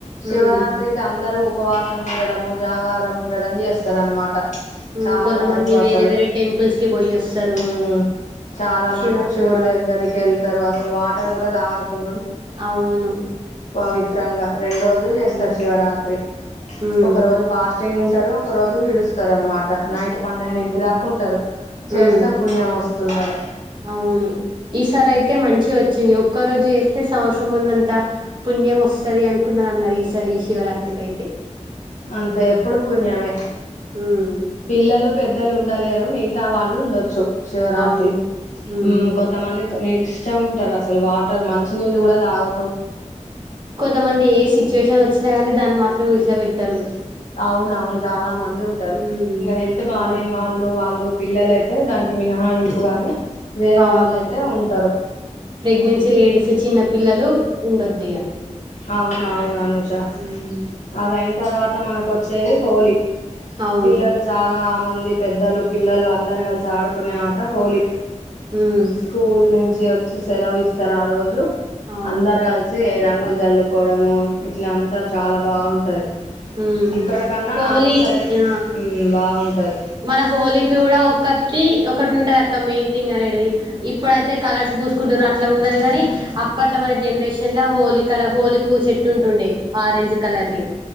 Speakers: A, on the left (about 75°); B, on the right (about 40°).
A: శివరాత్రికి
B: ఉమ్
A: అందరూ ఉపవాసం ఉండడము జాగారం ఉండడం చేస్తారనమాట
B: ఉమ్
A: చాలా
B: కొంతమంది
A: వరకు
B: వేరే
A: అసలు
B: వేరే టెంపుల్స్ కి పోయొస్తారు
A: హ చాలా
B: శివ
A: మటుకు శివుడి
B: ఆ
A: దగ్గరికి ఏళ్తారు అసలు వాటర్ కూడా దాగకుం
B: అవును
A: పవిత్రంగా రెండు రోజులు చేస్తారు
B: అవునక్క
A: శివరాత్రి
B: ఉమ్
A: ఒక రోజు ఫాస్టింగ్ ఉంటారు ఒక రోజు విడుస్తారు అనమాట నైట్ పన్నెండింటి
B: అవును
A: దాకుంటారు చేస్తే
B: ఉమ్
A: పుణ్యం వస్తుంది అని
B: అవును ఈసారి అయితే మంచి వచ్చింది ఒక్క రోజె చేస్తే సంవత్సరం ఉన్నంత ఇంత పుణ్యం వస్తది అనుకున్ననన్నరు ఈసారి శివరాత్రికి అయితే
A: అంత ఎప్పుడు పుణ్యమే
B: ఉమ్
A: పిల్లలు పెద్దలు ఉండలేరు మిగతా వాళ్ళు ఉండొచ్చు శివరాత్రి
B: అవును ఉమ్
A: మ్ కొంతమంది నీ నిష్ఠగ ఉంటారు అసలు వాటర్ మంచి నీళ్ళు కూడా తాగరు
B: కొంతమంది ఏ సిచ్యువేషన్ వచ్చినా కానీ దాన్ని మాత్రం విడిచపెట్టారు
A: అవున అవును చాలా మంది ఉంటారు
B: ఉమ్
A: ఇంకా హెల్త్ బాలేని
B: అవునక్క
A: వాళ్ళు వాళ్ళు పిల్లలయితే దానికి మినహాయింపు గాని వేరే
B: అవును
A: వాళ్ళుయితే ఉంటారు
B: ప్రెగ్నెన్సీ లేడీస్ చిన్న పిల్లలు ఉండొద్దు ఇహ
A: అవునవును అనుషా
B: ఉమ్
A: అదయిన తర్వాత మనకువచ్చేది హోలీ
B: అవును
A: పిల్లలు చాలా మంది పెద్దలు పిల్లలు అందరు కలిసి ఆడుకునే ఆట హోలీ
B: ఉమ్
A: స్కూల్ నుంచి వచ్చి సెలవు ఇస్తారు ఆ రోజు
B: అవును
A: అందరు కలిసి రంగులు జల్లుకోవడము ఇట్ల అంతా చాలా బాగుంటది
B: ఉమ్
A: ఇక్కడ కన్నా
B: హోలీ
A: నార్త్ సైడ్
B: ఆ
A: మ్ బావుంటది
B: మన హోలీకి కూడా ఒక్క కట్టి ఒకటి ఉంటది అక్క మెయిన్ థింగ్ అనేటిది ఇప్పుడైతే కలర్స్ పూసుకుంటుర్రు అట్లా ఉన్నది గాని అప్పట్లో మన జనరేషన్ లో హోలీ కల హోలీ పూ చెట్టు ఉంటుండే ఆరెంజ్ కలర్ వి